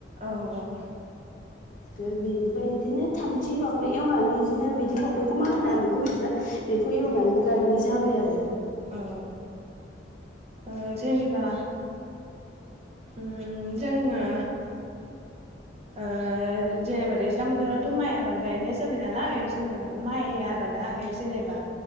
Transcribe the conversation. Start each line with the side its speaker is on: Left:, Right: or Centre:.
Right: औ औ
Left: ओमफाय बिनिफ्राय इदिनो थामथि माबा एवनानै इदिनो बिदिखौ बेखौ मा होनो आं बेखौ मिथिला। बेखौ एवनानै गायनाय जाबाय आरो।
Right: औ ओ जेनेबा ओ जोङो ओ जेनेबा दैज्लां बोथोरावथ' माइ आबाद गायनाय जाबाय नालाय। जोङो माइ आबादा जेनेबा